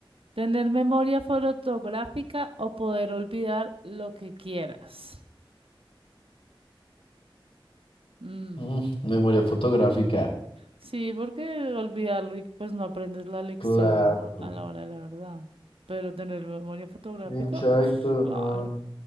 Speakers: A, on the right; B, on the left.
A: ¿Tener memoria fotográfica o poder olvidar lo que quieras? Mm,
B: Mm, memoria fotográfica.
A: Sí, porque olvidarlo y pues no aprendes la lección
B: Claro.
A: a la hora de la verdad. Pero tener memoria fotográfica,
B: Exacto,
A: uff, claro.
B: no,